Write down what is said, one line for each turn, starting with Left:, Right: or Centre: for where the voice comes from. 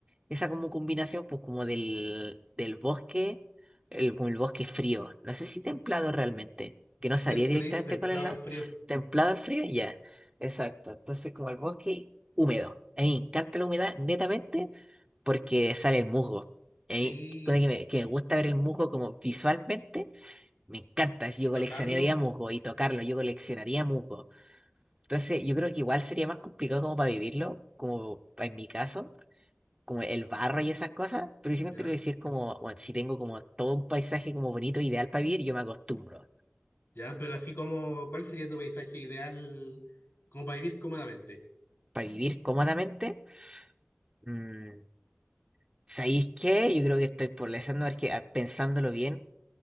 Right: esa como combinación, pues como del, del bosque, el, como el bosque frío. No sé si templado realmente, que no
Left: Sí,
Right: sabría
Left: Se, se
Right: directamente
Left: le dice templado
Right: cuál es la...
Left: al frío.
Right: Templado al frío, ya. Exacto. Entonces como el bosque húmedo. A mí me encanta la humedad netamente porque sale el musgo. Y
Left: Sí,
Right: A mí, pone que me, que me gusta ver el musgo como visualmente, me encanta. Si
Left: y
Right: yo
Left: tocarlo,
Right: coleccionaría musgo y tocarlo, yo coleccionaría musgo. Entonces, yo creo que igual sería más complicado como para vivirlo, como pa- en mi caso, como el barro y esas cosas, pero yo
Left: ya,
Right: creo que si es como, bueno, si tengo como todo un paisaje como bonito, ideal para vivir, yo me acostumbro.
Left: ya, pero así como, ¿cuál sería tu paisaje ideal como para vivir cómodamente?
Right: Para vivir cómodamente, mm, ¿sabéis qué? Yo creo que estoy por pensando, porque, ah, pensándolo bien,